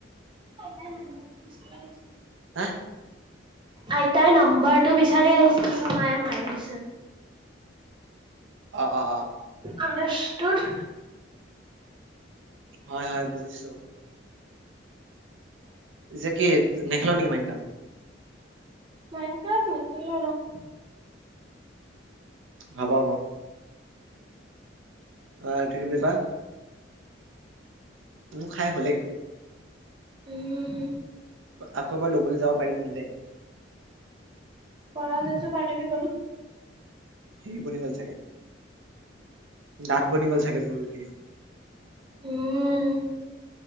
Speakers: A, on the right; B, on the right.
A: তাই
B: লাগে
A: নম্বৰ বিচৰা আছো
B: হা
A: আইতাই নম্বৰটো বিচাৰি আহিছিল চোন মায়ে মাৰি দিছে
B: অ অ অ
A: আন্দাৰষ্টুট
B: হয় হয়, বুজিছো। যে কি নেখেল' নেকি মাইন গাম
A: মাইণ্ড ফ্ৰেছ নিছিল আৰু
B: হ'ব হ'ব। অ একে <unintelligible> মোৰ খাই হ'লেই।
A: উম।
B: আকৌ এবাৰ ল'বলৈ যাব পাৰি কিন্তু দেই।
A: কৰা তাৰপিছত পাৰ্টি দিবা
B: সেই বুলি গ'ল চাগে দাঁত বনি গ'ল চাগে, জোৰ কে।
A: উম।